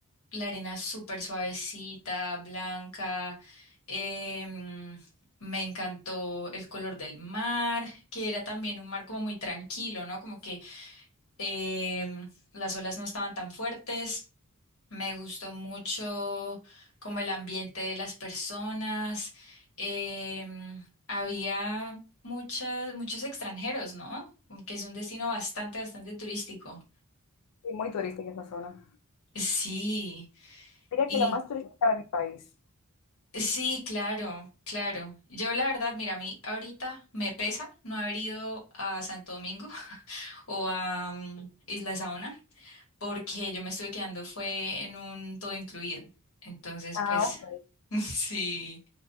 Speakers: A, on the left; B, on the left.
A: la arena súper suavecita, blanca, em, me encantó el color del mar, que era también un mar como muy tranquilo, ¿no? Como que em, las olas no estaban tan fuertes. Me gustó mucho como el ambiente de las personas. em, había muchas, muchos extranjeros, ¿no? Que es un destino bastante, bastante turístico.
B: Sí, muy turística esa zona.
A: Sí,
B: Diría
A: y
B: que la más turística de mi país.
A: sí, claro, claro. Yo la verdad, mira, a mí ahorita me pesa no haber ido a Santo Domingo <laughs> o a mm, Isla Saona. porque yo me estuve quedando fue en un todo incluido. Entonces,
B: Ah,
A: pues
B: ok.
A: <laughs> sí,